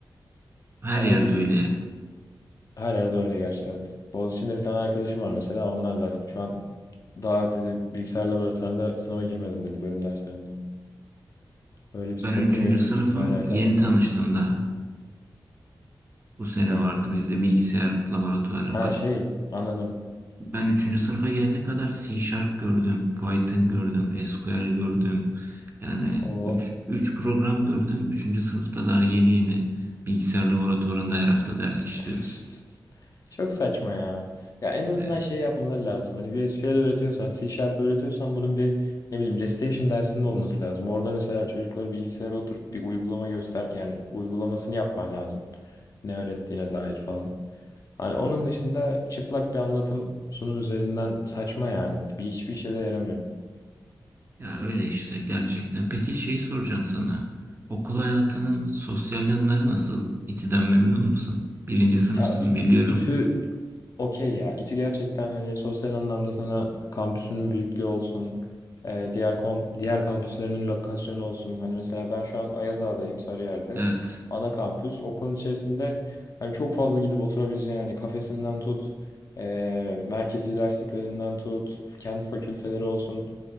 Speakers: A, on the right (about 30°); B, on the left (about 45°).
A: Her
B: Ama
A: yerde
B: bir
A: öyle.
B: her yerde öyle gerçi evet. Boğaziçi'nde bir tane arkadaşım var mesela onlar da şu an daha dedi bilgisayar laboratuvarında sınava girmedim dedi bölüm derslerinde. Öyle bir
A: Ben
B: sıkıntı
A: üçüncü
B: mevcut.
A: sınıfım
B: Ne alaka
A: yeni
B: bilmiyorum.
A: tanıştım daha. Bu sene
B: Neyle?
A: vardı bizde bilgisayar laboratuvarı.
B: Ha
A: Bak
B: şey anladım.
A: Ben üçüncü sınıfa gelene kadar C Sharp gördüm, Python gördüm, SQL gördüm. Yani
B: Oo.
A: üç üç program gördüm. Üçüncü sınıfta daha yeni yeni bilgisayar laboratuvarında her hafta ders işliyoruz.
B: <laughs> Çok saçma ya. Ya en azından
A: E,
B: şey yapmaları lazım. Hani bir SQL öğretiyorsan, C Sharp öğretiyorsan bunun bir ne bileyim Restation dersinde olması lazım. Orada mesela çocuklara bilgisayara oturup bir uygulama göster yani uygulamasını yapman lazım. Ne öğrettiğine dair falan. Hani onun dışında çıplak bir anlatım sunum üzerinden saçma yani. Bir hiçbir işe de yaramıyor.
A: Ya öyle işte gerçekten. Peki şey soracağım sana. Okul hayatının sosyal yanları nasıl? İTÜ'den memnun musun? Birinci sınıfsın
B: Ya İ-
A: biliyorum.
B: İTÜ Okey ya. İTÜ gerçekten hani sosyal anlamda sana kampüsünün büyüklüğü olsun, e, diğer kom diğer kampüslerinin lokasyonu olsun. Hani mesela ben şu an Ayazağa'dayım, Sarıyer'de.
A: Evet.
B: Ana kampüs. Okulun içerisinde hani çok fazla gidip oturabileceğin hani kafesinden tut, e, merkezi dersliklerinden tut, kendi fakülteleri olsun.